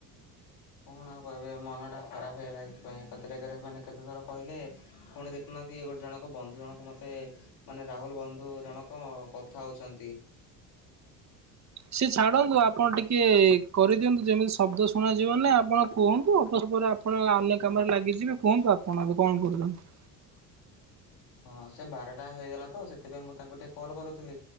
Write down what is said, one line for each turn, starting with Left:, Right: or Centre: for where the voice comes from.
Left: କଣ ଆଉ କହିବି ମନଟା ଖରାପ ହେଇଗଲା ଏଇଥିପାଇଁ, ଏକାଥରେକେରେ ମାନେ କେତେ ଥର କହିଲେ ପୁଣି ଦେଖୁନାହାନ୍ତି ଏ ଗୋଟେ ଜଣକ ବନ୍ଧୁ ଜଣକ ମତେ ମାନେ ରାହୁଲ୍ ବନ୍ଧୁ ଜଣକ କଥା ହଉଛନ୍ତି।
Right: ସିଏ ଛାଡନ୍ତୁ ଆପଣ ଟିକେ କରିଦିଅନ୍ତୁ ଯେମିତି ଶବ୍ଦ ଶୁଣାଯିବନି, ଆପଣ କୁହନ୍ତୁ <unintelligible> ପରେ ଆପଣ ଅନ୍ୟ କାମରେ ଲାଗିଯିବେ, କୁହନ୍ତୁ ଆପଣ ଏବେ କଣ କରୁଚନ୍ତି?
Left: ହଁ ସେ ବାରଟା ହେଇଗଲା ତ ସେଥିପାଇଁ ମୁଁ ତାଙ୍କୁ ଟିକେ କଲ୍ କରୁଥିଲି।